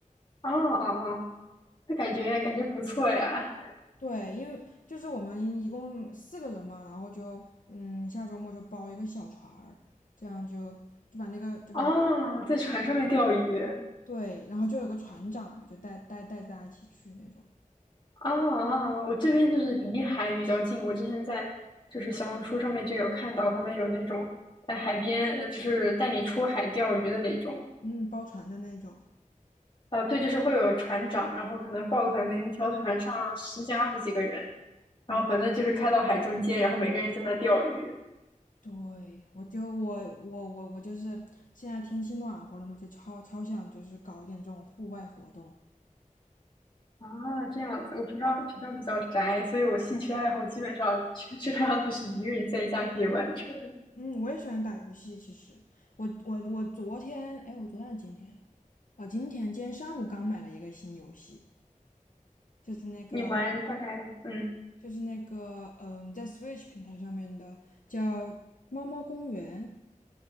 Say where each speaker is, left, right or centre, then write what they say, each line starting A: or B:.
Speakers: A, on the left; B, on the left.
A: 啊啊，哦，那感觉感觉不错呀。
B: 对，因为就是我们一共四个人嘛，然后就嗯下周末就包一个小船儿，这样就就把那个就把
A: 啊，在船上面钓鱼。
B: 对，然后就有个船长嘛，就带带带大家一起去那种，
A: 啊啊，我这边就是离海比较近，我之前在就是小红书上面就有看到他们有那种在海边，呃就是带你出海钓鱼的那种。
B: 嗯，包船的那种。
A: 啊，对，就是会有船长，然后可能报个团，可能一条船上十几、二十几个人，然后反正就是开到海中间，
B: 嗯，
A: 然后每个人在那钓鱼
B: 对，我就我我我我就是现在天气暖和了嘛，就超超想就是搞一点这种户外活动。
A: 啊，这样子。我平常平常比较宅，所以我兴趣爱好基本上基基本上都是一个人在家可以完成。
B: 嗯，我也喜欢打游戏，其实我我我昨天，哎，我昨天还是今天啊，今天今天上午刚买了一个新游戏，就是那个
A: 你玩大概嗯
B: 就是那个嗯，在 Switch 平台上面的叫《猫猫公园》，